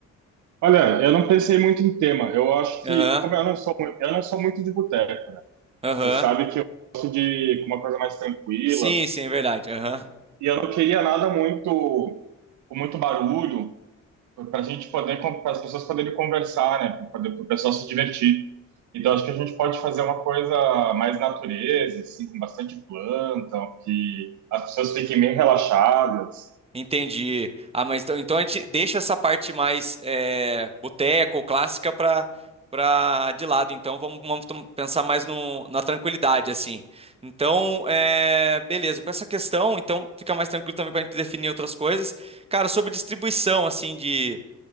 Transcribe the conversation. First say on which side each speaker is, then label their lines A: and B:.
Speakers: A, on the right; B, on the right.
A: Olha, eu não pensei muito em tema. Eu acho
B: Aham,
A: que, e como eu não sou, mu- eu não sou muito de boteco.
B: aham.
A: Você sabe que eu sou de uma coisa mais tranquila
B: Sim, sim, é verdade. Aham.
A: e eu não queria nada muito com muito barulho. para a gente poder, para as pessoas poderem conversar, né? Para o pessoal se divertir. Então, acho que a gente pode fazer uma coisa mais natureza, assim, com bastante planta, que as pessoas fiquem bem relaxadas.
B: Entendi. Ah, mas então, então a gente deixa essa parte mais é, boteco, clássica para para de lado. Então vamos, vamos tom- pensar mais no, na tranquilidade, assim. Então, é, beleza. Com essa questão, então fica mais tranquilo também para a gente definir outras coisas. Cara, sobre distribuição, assim, de